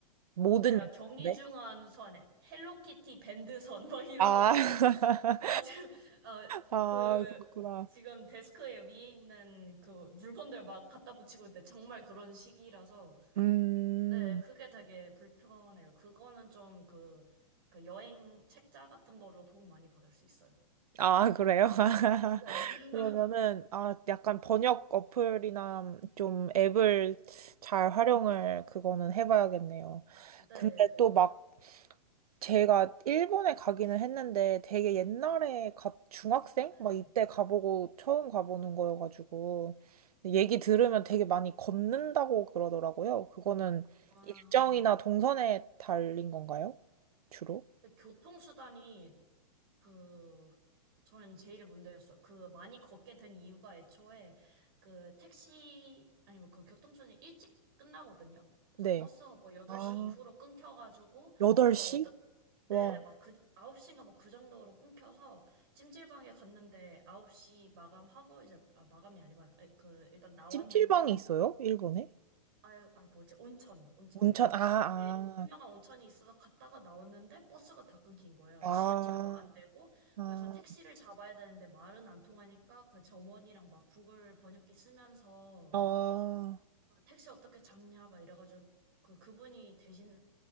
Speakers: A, on the right; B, on the right.
A: 모든
B: 내가
A: 역인데?
B: 경기 중한 선에 헬로키티 밴드 선뭐 이런
A: 아,
B: 거 막
A: <laughs>
B: <laughs> 내가 지금 어그
A: 아, 그렇구나.
B: 지금 데스크에 위에 있는 그 물건들 막 갖다 붙이고 있는데 정말 그런 시기라서
A: 음,
B: 네 그게 되게 불편해요. 그거는 좀 그 그 여행 책자 같은 걸로 도움 많이 받을 수 있어요.
A: 아, 그래요? <laughs>
B: 네. <laughs>
A: 그러면은, 아, 약간 번역 어플이나 좀 앱을 잘 활용을 그거는 해봐야겠네요.
B: 네.
A: 근데 또 막 제가 일본에 가기는 했는데 되게 옛날에 가, 중학생?
B: 네.
A: 막 이때 가보고 처음 가보는 거여가지고 얘기 들으면 되게 많이 걷는다고 그러더라고요. 그거는
B: 아,
A: 일정이나 동선에 달린 건가요? 주로?
B: 근데 교통수단이 그 저는 제일 문제였어. 그 많이 걷게 된 이유가 애초에 그 택시 아니 뭐 그 교통수단이 일찍 끝나거든요. 그래서
A: 네.
B: 버스가 뭐 8시
A: 아,
B: 이후로 끊겨가지고
A: 8시?
B: 막 어떻게 네네
A: 와.
B: 막 그 9시인가 막 그 정도로 끊겨서 찜질방에 갔는데 9시 마감하고 이제 아 마감이 아니구나. 아니, 그 일단 나왔는데
A: 찜질방이 있어요? 일본에?
B: 아, 아 뭐지? 온천, 온천.
A: 온천, 아,
B: 되게 유명한 온천이 있어서 갔다가 나왔는데 버스가 다 끊긴 거예요.
A: 아,
B: 지하철도 안 되고.
A: 아, 아,
B: 그래서 택시를 잡아야 되는데 말은 안 통하니까 그 점원이랑 막 구글 번역기 쓰면서
A: 아,
B: 그 택시 어떻게 잡냐 막 이래가지고 그 그분이 대신